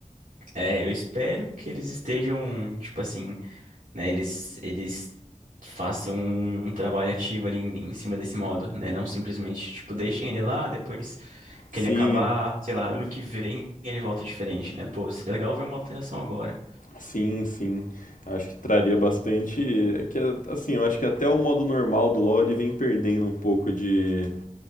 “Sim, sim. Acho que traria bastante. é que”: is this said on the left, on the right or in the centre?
Left